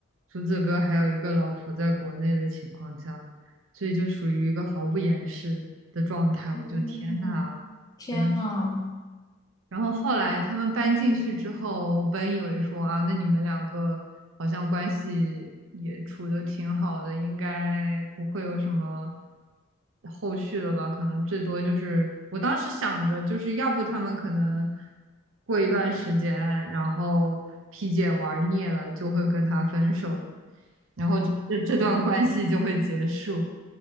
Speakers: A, on the right (about 70°); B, on the left (about 20°).
A: 厨子哥还有一个老婆在国内的情况下，所以就属于一个毫不掩饰的状态。
B: 嗯，
A: 我就天呐，
B: 天呐。
A: 真的是。然后后来他们搬进去之后，我本以为说啊，那你们两个好像关系也处得挺好的，应该不会有什么后续了吧？可能最多就是我当时想着，就是要不他们可能过一段时间，然后皮姐玩腻了，就会跟他分手，然后这这这段关系就会结束。